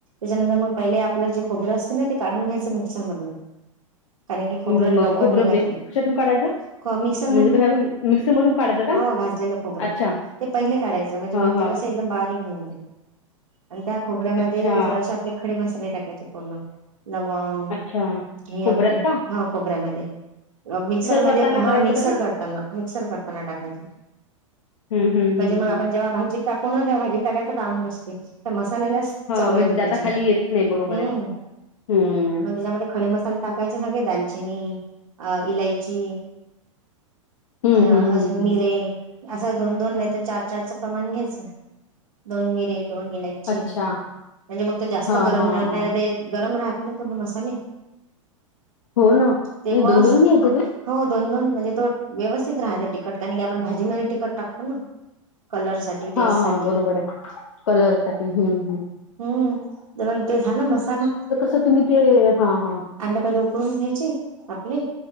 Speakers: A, on the right; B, on the left.
A: त्यानंतर मग पहिले आपलं जे खोबरं असते ना, ते काढून घ्यायचं मिक्सर मधून. कारण की खोबरं
B: म
A: लवकर
B: खोबरं
A: निघत
B: बेसन
A: नाही,
B: कशातून काढायचं?
A: खो मिक्सर मधून.
B: म्हणजे कशातून मिक्सरमधून काढायचं का?
A: हो भाजलेलं खोबरं.
B: अच्छा.
A: ते पहिले काढायचं म्हणजे
B: हां,
A: मग
B: हां.
A: ते कस एकदम बारीक निघते. आणि त्या खोबऱ्यामध्ये
B: अच्छा,
A: जरासे आपले खडे मसाले टाकायचे पूर्ण. लवंग,
B: अच्छा.
A: हे
B: खोबऱ्यात
A: आपले,
B: का?
A: हा खोबऱ्यामध्ये. मिक्सर मध्ये,
B: करताना
A: हं.
B: करायचं
A: मिक्सर
B: का ते?
A: करताना मिक्सर करताना टाकायची.
B: हं. हं,
A: म्हणजे
B: हं,
A: मग
B: हं.
A: आपण जेव्हा भाजीत टाकू ना, तेव्हा भाजीत टाकायचं काम नसते. तर मसाल्यालाच
B: हां,
A: चव येते
B: म्हणजे दाताखाली
A: त्याची.
B: येत नाही बरोबर
A: हम्म
B: आहे. हं.
A: मग त्याच्यामध्ये खडे मसाले टाक असे सगळे घ्यायचे, दालचिनी अ इलायची
B: हं,
A: अ
B: हं,
A: अजून
B: हं, हं.
A: मिरे, असं दोन-दोन नाही तर चार-चारचं प्रमाण घ्यायचं. दोन मिरे, दोन इलायची
B: अच्छा.
A: म्हणजे मग तो जास्त
B: हां,
A: गरम
B: हां,
A: नाही
B: हां.
A: राहीलं ते गरम राहत नाही, पूर्ण मसाले
B: हो ना.
A: ते मस,
B: घ्यायचं ते?
A: हो दोन दोन म्हणजे तो व्यवस्थित राहतं तिखट. कारण की आपण भाजी मध्ये तिखट टाकतो ना. कलर साठी, टेस्ट
B: हां,
A: साठी.
B: हां. बरोबर आहे. कलरसाठी. हं, हं.
A: हं. करून ते झालं मसाला.
B: तर, तुम्ही ते हां हां
A: अंडं पहिला उकळून घ्यायची आपली